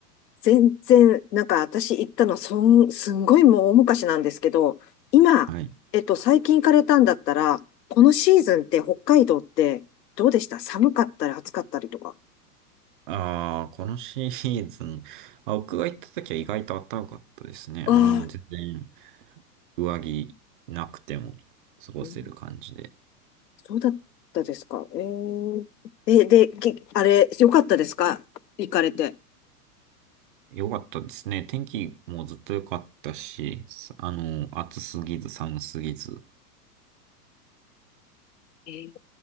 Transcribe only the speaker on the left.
全然、なんか私行ったの、そん、すんごいもう大昔なんですけど、今、
えっと、最近行かれたんだったら、このシーズンって北海道ってどうでした寒かったり暑かったりとか。
ああ、
うんそうだったですか。えー、え、で、きあれ、よかったですか行かれて。
えー